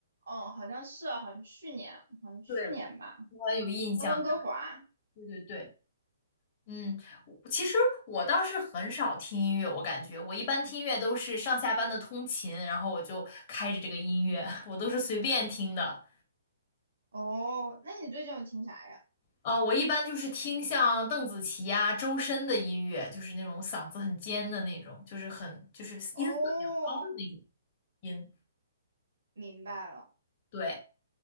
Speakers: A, on the right; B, on the left.
A: 哦，好像是啊，好像去年，好像去年吧。
B: 对，我有印象。
A: 在温哥华。
B: 对对对，嗯，我其实我倒是很少听音乐，我感觉我一般听音乐都是上下班的通勤，然后我就开着这个音乐，<laughs> 我都是随便听的。
A: 哦，那你最近有听啥呀？
B: 呃，我一般就是听像邓紫棋啊、周深的音乐，就是那种嗓子很尖的那种，就是很就是音色比较高的那种
A: 哦，
B: 音。
A: 明白了。
B: 对，